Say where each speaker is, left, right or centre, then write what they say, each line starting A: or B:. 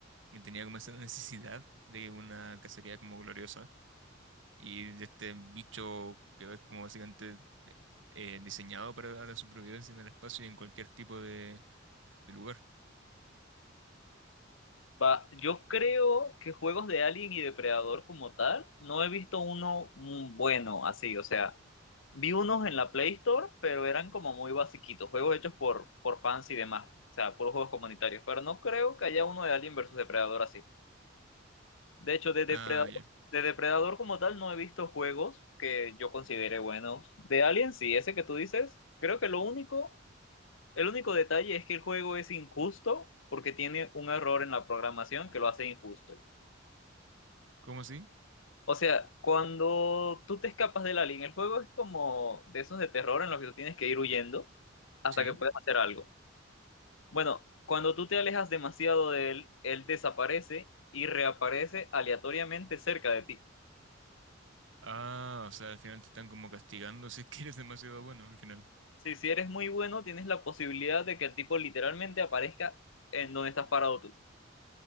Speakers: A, on the right; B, on the left.
A: y tenía como esa necesidad de una cacería como gloriosa. Y de este bicho que es como básicamente eh, diseñado para la supervivencia en el espacio y en cualquier tipo de, de lugar.
B: Va, yo creo que juegos de Alien y Depredador como tal, no he visto uno mm, bueno así, o sea, vi unos en la Play Store, pero eran como muy basiquitos, juegos hechos por, por fans y demás, o sea, puros juegos comunitarios, pero no creo que haya uno de Alien versus Depredador así. De hecho, de Depredador,
A: Ah, ya.
B: de Depredador como tal no he visto juegos que yo considere buenos. De Alien, sí, ese que tú dices, creo que lo único, el único detalle es que el juego es injusto porque tiene un error en la programación que lo hace injusto.
A: ¿Cómo así?
B: O sea, cuando tú te escapas del alien, el juego es como de esos de terror en los que tú tienes que ir huyendo hasta
A: Sí.
B: que puedas hacer algo. Bueno, cuando tú te alejas demasiado de él, él desaparece y reaparece aleatoriamente cerca de ti.
A: Ah, o sea, al final te están como castigando <laughs> si es que eres demasiado bueno al final.
B: Si, si eres muy bueno, tienes la posibilidad de que el tipo literalmente aparezca en donde estás parado tú.